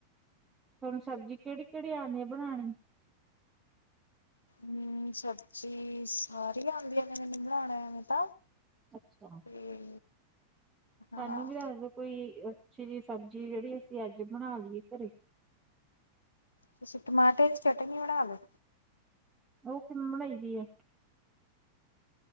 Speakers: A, on the right; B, on the left.
A: ਤੁਹਾਨੂੰ ਸਬਜ਼ੀ ਕਿਹੜੀ-ਕਿਹੜੀ ਆਂਦੀ ਏ ਬਣਾਣੀ।
B: ਹਮ ਸਬਜ਼ੀ ਸਾਰੀ ਆਦੀਆਂ ਨੇ ਮੈਨੂੰ ਬਣਾਉਣੇ ਆਣੇ ਤਾਂ
A: ਅੱਛਾ।
B: ਤੇ ਹਾਂ
A: ਸਾਨੂੰ ਵੀ ਦੱਸ ਦੋ ਕੋਈ ਅੱਛੀ ਜੀ ਸਬਜੀ, ਜੇੜੀ ਅਸੀ ਅੱਜ ਬਣਾ ਲੀਏ ਘਰੇ?
B: ਤੁਸੀ ਟਮਾਟਰ ਦੀ ਚੱਟਨੀ ਬਣਾ ਲੋੋ।
A: ਓ ਕਿਵੇਂ ਬਣਾਈ ਦੀ ਐ?